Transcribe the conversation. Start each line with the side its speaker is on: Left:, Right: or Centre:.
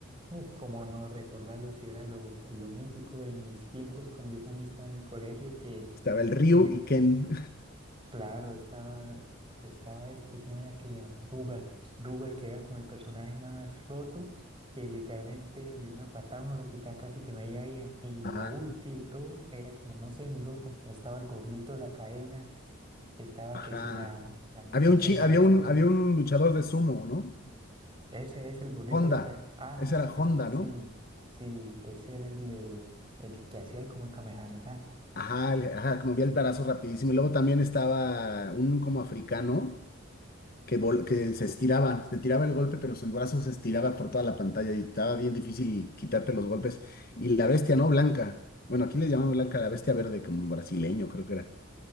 Right: uh, como no recordarlo si era lo, lo mítico de mis tiempos cuando yo también estaba en el colegio que
Left: Estaba el Ryu
Right: lle-
Left: y Ken.
Right: Claro, estaba, estaba este, ¿cómo era que llamaba? Rugal. Rugal, que era como el personaje más roto, que literalmente de una patada uno le quitaba casi que media vida. Y
Left: Ajá,
Right: la ulti y todo era como, no sé, muy roto. Estaba el gordito de la cadena, estaba
Left: ajá.
Right: que si la, la muchacha
Left: Había un, chi-
Right: de los
Left: había
Right: bastones.
Left: un, había un luchador de sumo, ¿no?
Right: Ese es el gordito
Left: Honda.
Right: de la cadena. Ah,
Left: Ese
Right: no,
Left: era
Right: esto
Left: Honda,
Right: sí,
Left: ¿no?
Right: sí, ese era el, de- el que hacía el como el Kamehameha.
Left: Ajá, el- ajá, que movía el brazo rapidísimo. Y luego también estaba un como africano que, vol- que se estiraba, se tiraba el golpe, pero su brazo se estiraba por toda la pantalla y estaba bien difícil quitarte los golpes. Y la bestia, ¿no? Blanca. Bueno, aquí le llamamos blanca a la bestia verde, como brasileño, creo que era.